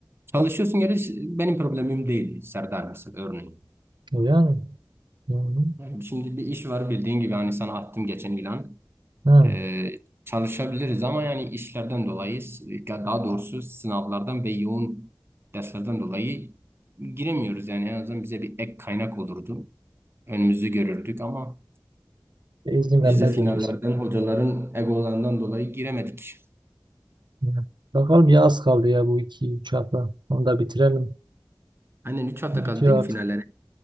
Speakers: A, on the right (about 30°); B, on the right (about 75°).
A: çalışıyorsun yani benim problemim değil. Serdar mesela örneğin.
B: O yani. Yani.
A: Yani şimdi bir iş var bildiğin gibi hani sana attım geçen ilan.
B: Ha.
A: Ee, çalışabiliriz ama yani işlerden dolayı ya daha doğrusu sınavlardan ve yoğun derslerden dolayı giremiyoruz yani en azından bize bir ek kaynak olurdu. önümüzü görürdük ama
B: İzin
A: vize
B: vermezler
A: finallerden
B: biz.
A: hocaların egolarından dolayı giremedik.
B: Ya. Bakalım ya az kaldı ya bu iki üç hafta. Onu da bitirelim.
A: Aynen üç hafta
B: Bitiyor
A: kaldı değil mi
B: artık.
A: finallere?